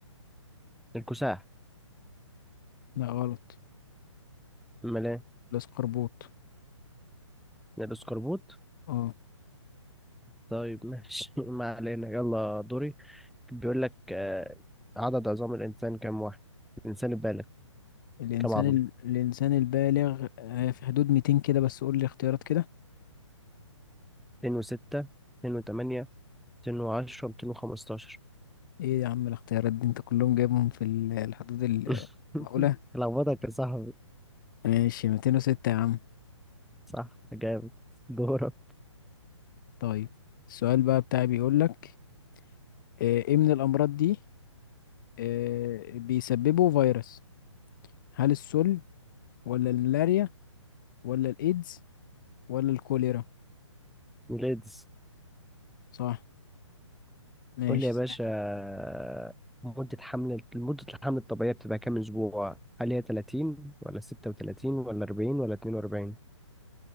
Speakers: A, in the centre; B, on the left (about 40°).
A: الكساح
B: لا غلط
A: امال ايه
B: الاسقربوط
A: الاسكربوت
B: اه
A: طيب ماشي <laughs> ما علينا يلا دوري بيقول لك آه، عدد عظام الإنسان كام واحد؟ الإنسان البالغ
B: الانسان
A: كام عظمة؟
B: ال... الانسان البالغ آه، في حدود 200 كده بس قول لي اختيارات كده
A: 206 208 210 215
B: ايه يا عم الاختيارات دي انت كلهم جايبهم في ال- الحدود ال-
A: <laughs>
B: المعقولة
A: لخبطك يا صاحبي
B: ماشي 206 يا عم
A: صح جامد دورك
B: طيب السؤال بقى بتاعي بيقول لك آه، ايه من الامراض دي آه، بيسببه فيروس هل السل ولا الملاريا ولا الايدز ولا الكوليرا
A: ميلادس
B: صح ماشي
A: قول لي يا باشا آه، مدة حمل مدة الحمل الطبيعية بتبقى كام أسبوع؟ هل هي 30 ولا 36 ولا 40 ولا 42؟